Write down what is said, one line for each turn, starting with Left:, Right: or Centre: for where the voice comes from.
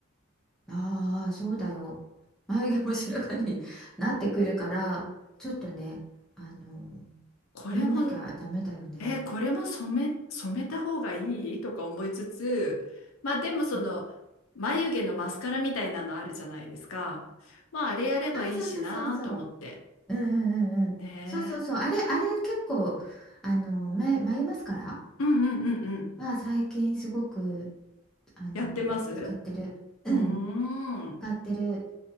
Centre: ああ、そうだよ。眉毛も白髪に <laughs> なってくるから、ちょっとね、あの
Left: これも
Centre: やんなきゃダメだよね。
Left: えーこれも染め、染めた方がいいとか思いつつ、まあでもその眉毛のマスカラみたいなのあるじゃないですか。
Centre: うん、
Left: まああれやればいいしなと思って。
Centre: あそうそうそうそう。うんうんうんうん。
Left: ねえ。
Centre: そうそうそう。あれ、あれ結構、あの眉、眉マスカラ
Left: うんうんうんうん。
Centre: は最近すごく、あの使ってる。
Left: やってますう
Centre: うん、
Left: ーん。うん
Centre: 使ってる